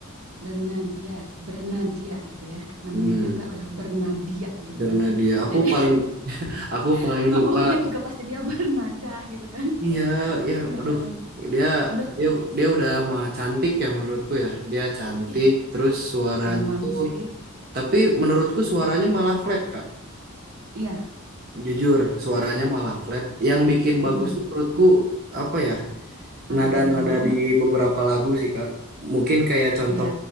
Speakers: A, on the right; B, on the right.
A: Bernadia, Bernadia gitu ya. Namanya
B: Hmm,
A: juga udah Bernadia gitu
B: Bernadia.
A: kan.
B: Aku
A: Jadi
B: paling aku
A: <laughs>
B: paling
A: ngomongnya
B: suka
A: juga pasti dia bernada gitu kan.
B: iya ya
A: Heeh.
B: aduh dia
A: Udah,
B: dia dia udah mah cantik ya menurutku ya. Dia cantik
A: ih,
B: terus suaranya
A: emang
B: tuh
A: sih.
B: tapi menurutku suaranya malah flat, Kak.
A: Iya,
B: Jujur, suaranya malah flat. Yang bikin bagus
A: mm-mm.
B: tuh menurutku apa ya?
A: Apa
B: Nada-nada
A: dong?
B: di beberapa lagu sih, Kak. Mungkin kayak contoh
A: Iya,